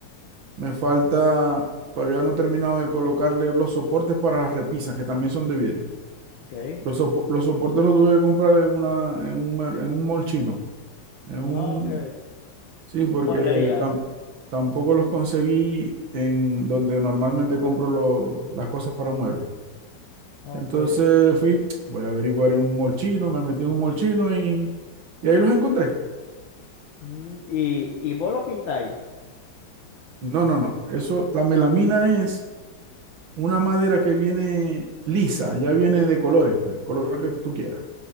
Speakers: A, on the right; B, on the left.
A: Me falta, todavía no he terminado de colocarle los soportes para las repisas, que también son de vidrio.
B: Ok.
A: Los, sopo- los soportes los tuve que comprar en, una, en, un, mer- en un mall chino. En un,
B: Ah, ok.
A: sí, porque
B: Mueblería.
A: tam- tampoco los conseguí en donde normalmente compro lo- las cosas para muebles.
B: Ah,
A: Entonces
B: Ok.
A: fui, voy a averiguar en un molchino, me metí en un molchino y, y ahí los encontré.
B: Mm, y, y vos lo pintáis.
A: No, no, no. Eso, la melamina es una madera que viene lisa, ya viene de colores, pues, el color que tú quieras.